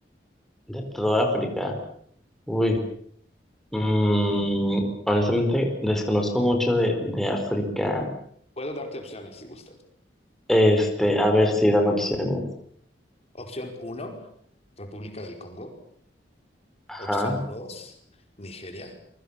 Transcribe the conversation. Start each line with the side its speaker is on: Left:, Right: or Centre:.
Centre: De toda África. Uy. Mm, honestamente, desconozco mucho de, de África.
Left: Puedo darte opciones si gustas.
Centre: Este, a ver si dame opciones.
Left: Opción uno. República del Congo.
Centre: Ajá.
Left: Opción 2, Nigeria.